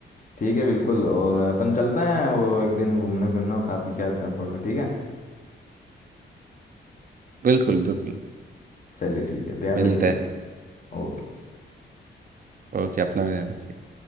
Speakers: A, on the left; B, on the right.
A: ठीक है बिल्कुल और अपन चलते हैं वो एक दिन घूमने फिरने और खा पी के आते हैं थोड़ा ठीक है
B: बिल्कुल बिल्कुल
A: चलिए ठीक है ध्यान
B: मिलते
A: रखिएगा
B: हैं
A: ओके
B: ओके अपना भी ध्यान रखिए